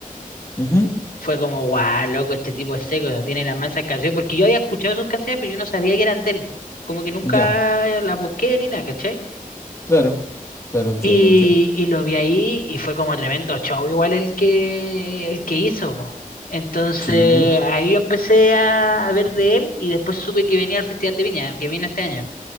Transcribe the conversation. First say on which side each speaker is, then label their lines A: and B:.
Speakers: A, on the left; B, on the left.
A: Ujú,
B: fue como, guau, loco, este tipo es seco, tiene las mansas canciones. Porque yo había escuchado sus canciones, pero yo no sabía que eran de él. Como que nunca
A: Ya,
B: las busqué ni nada, ¿cachai?
A: claro, claro, entiendo,
B: Y,
A: entiendo.
B: y lo vi ahí y fue como tremendo show, igual el que, el que hizo. po. Entonces
A: Sí,
B: ahí yo empecé a, a ver de él y después supe que venía al Festival de Viña, que vino este año.